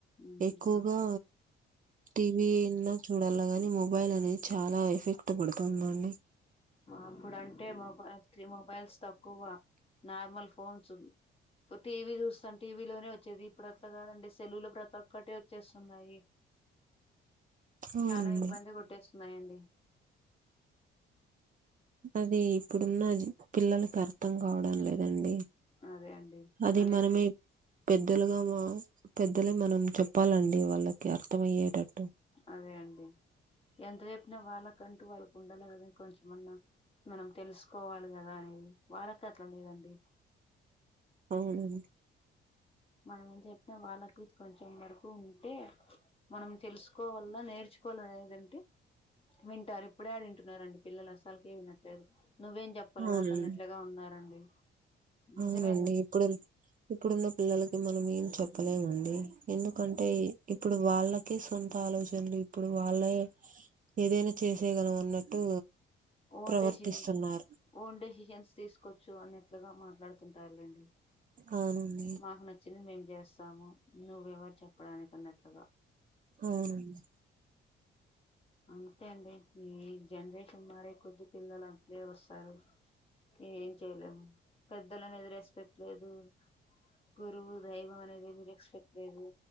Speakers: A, on the left (about 30°); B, on the right (about 40°).
A: ఉమ్
B: ఎక్కువగా
A: ఆ
B: టీవీన్నా చూడల్ల గాని మొబైల్ అనేది చాలా ఎఫెక్ట్ పడుతుందండి
A: అప్పుడు అంటే మొబై తి మొబైల్స్ తక్కువ నార్మల్ ఫోన్స్ ఓ టీవీ చూస్తాం టీవీలోనే వ చ్చేది ఇప్పుడు అట్ల కాదండి సెల్లులో ప్రతి ఒక్కటి వచ్చేస్తున్నాయి
B: అవునండి
A: చాలా ఇబ్బంది కొట్టేస్తున్నాయండి
B: అది ఇప్పుడున్న పిల్లలకి అర్థం కావడం లేదండి
A: అదే అండి
B: అది
A: అదే
B: మనమే పెద్దలుగా మా పెద్దలే మనం చెప్పాలండి వాళ్ళకి అర్థం అయ్యేటట్టు
A: అదే అండి ఎంత చెప్పినా వాళ్ళకంటూ వాళ్ళకు ఉండాల కదని కొంచమన్నా మనం తెలుసుకోవాలి కదా అనేది వాళ్ళకి అట్లా లేదండి
B: అవును
A: మనం ఏం చెప్పినా వాళ్ళకి కొంచెం వరకు ఉంటే మనం తెలుసుకోవల్ల నేర్చుకోవాలనేది ఉంటే వింటారు ఇప్పుడే ఏడ వింటున్నారండి పిల్లలు అసలుకి వినట్లేదు నువ్వేం చెప్ ప్పలు
B: అవునండి
A: నాకు అన్నట్లుగా ఉన్నారండి
B: అవునండి
A: నిజమేగా
B: ఇప్పుడు ఇప్పుడున్న పిల్లలకి మనం ఏం చెప్పలేమండి ఎందుకంటే ఇప్పుడు వాళ్ళకే సొంత ఆలోచనలు ఇప్పుడు వాళ్ళే ఏదైనా చేసేయగలం అన్నట్టు
A: ఓన్
B: ప్రవర్తిస్తున్నారు
A: డెసిన్ ఓన్ డెసిషన్స్ తీసుకోవచ్చు అన్నట్లుగా మాట్లాడుతుంటారులేండి
B: అవును
A: మాకు నచ్చినది మేం చేస్తాము నువ్వెవరు చెప్పడానికిన్నట్లుగా
B: అవునండి
A: అంతే అండి ఈ జనరేషన్ మారే కొద్ది పిల్లలం లే వస్తారు ఏం చేయలేము పెద్దలనే ఏది రెస్పెక్ట్ లేదు గురువు దైవం అనేది రెస్పెక్ట్ లేదు